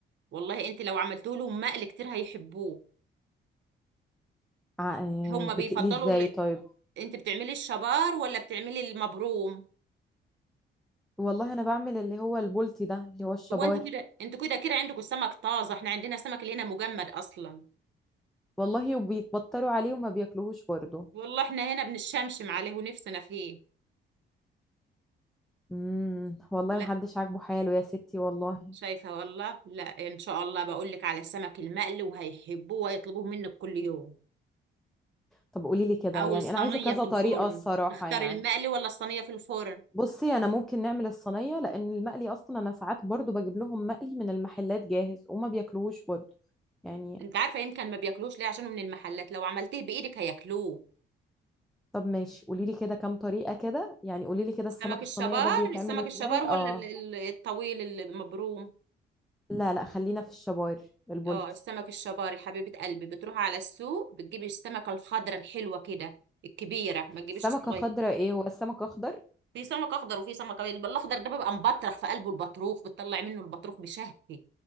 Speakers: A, on the right; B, in the centre.
A: والله انت لو عملتوا لهم مقلي كتير هيحبوه
B: ع- آه،
A: هم
B: بتقليه
A: بيفضلوا
B: ازاي
A: ال...
B: طيب
A: انت بتعملي الشبار ولا بتعملي المبروم
B: والله انا بعمل اللي هو البولتي ده اللي هو الشبار
A: هو انتوا كده انتوا كده كده عندكم السمك طازه احنا عندنا السمك اللي هنا مجمد اصلا
B: والله وبيتبطروا عليه وما بياكلوهوش برضه
A: والله احنا هنا بنشمشم عليه ونفسنا فيه
B: امم والله
A: لا
B: محدش عاجبه حاله يا ستي والله
A: شايفه والله لا ان شاء الله بقول لك على السمك المقلي وهيحبوه وهيطلبوه منك كل يوم
B: طب قولي لي كده
A: او
B: يعني
A: الصينيه
B: انا عايزه كذا
A: في
B: طريقه
A: الفرن
B: الصراحه
A: تختار
B: يعني
A: المقلي ولا الصينيه في الفرن
B: بصي انا ممكن نعمل الصينيه لان المقلي اصلا انا ساعات برضه بجيب لهم مقلي من المحلات جاهز وما بياكلوهوش برضه يعني
A: انت عارفه يمكن ما بياكلوش ليه عشان هو من المحلات لو عملتيه بايدك هياكلوه
B: طب ماشي قولي لي كده كام طريقه كده يعني قولي لي كده
A: سمك
B: السمك
A: الشبار
B: الصينيه ده بيتعمل
A: السمك
B: ازاي
A: الشبار ولا
B: اه
A: ال- ال- الطويل المبروم
B: لا لا خلينا في الشبار البلطي
A: اه السمك الشباري حبيبة قلبي بتروح على السوق بتجيبي السمكة الخضرة الحلوة كده الكبيرة ما تجيبيش
B: السمكه
A: الصغير
B: خضراء ايه هو السمك اخضر
A: في سمك أخضر وفي سمك أبيض الأخضر ده بيبقى مبطرخ في قلبه البطروخ بتطلع منه البطروخ بشهي